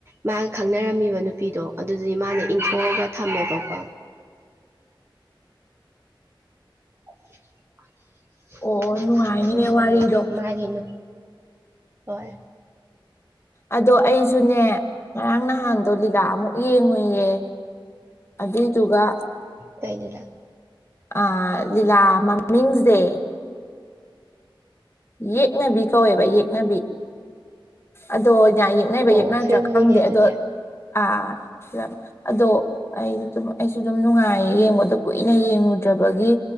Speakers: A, on the right; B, on the left.
A: ꯃꯥꯒ ꯈꯪꯅꯔꯝꯃꯤꯕ ꯅꯨꯄꯤ ꯄꯤꯗꯣ ꯑꯗꯨꯗꯤ ꯃꯥꯅ ꯏꯟꯊꯣꯛꯑꯒ ꯊꯝꯃꯦꯕꯣꯀꯣ <unintelligible>
B: ꯑꯣ
A: ꯏꯟꯊꯣꯛꯑ
B: ꯅꯨꯡꯉꯥꯏꯅꯤꯅꯦ
A: ꯊꯝꯕꯗꯣ
B: ꯋꯥꯔꯤꯗꯣ
A: ꯑꯃꯨꯛ ꯃꯥꯒꯤ ꯅꯨꯄꯤ ꯍꯣꯏ
B: ꯑꯗꯣ ꯑꯩ ꯁꯨꯅꯦ ꯉꯔꯥꯡ ꯅꯍꯥꯟꯗꯣ ꯂꯤꯂꯥ ꯑꯃꯨꯛ ꯌꯦꯡꯉꯨꯏꯌꯦ ꯑꯗꯨꯗꯨꯒ
A: ꯀꯥꯏꯩꯅꯂ
B: ꯑ ꯂꯤꯂꯥ ꯃꯤꯡꯁ ꯗꯦ ꯌꯦꯛꯅꯕꯤ ꯀꯧꯋꯦꯕ ꯌꯦꯛꯅꯕꯤ ꯑꯗꯣ ꯌꯥ ꯌꯦꯛꯅꯩꯕ
A: ꯑꯣ
B: ꯌꯦꯛꯅꯗ꯭ꯔꯥ
A: ꯐꯤꯂꯝꯅꯤꯅꯦ
B: ꯈꯪꯗꯦ
A: ꯑꯗꯨꯗꯤ
B: ꯑꯗꯣ ꯑꯥꯂꯝ ꯑꯗꯣ ꯑꯩ ꯑꯗꯨꯝ ꯑꯩꯁꯨ ꯑꯗꯨꯝ ꯅꯨꯡꯉꯥꯏꯌꯦ ꯌꯦꯡꯕꯗꯣ ꯀꯨꯏꯅ ꯌꯦꯡꯉꯨꯗ꯭ꯔꯕꯒꯤ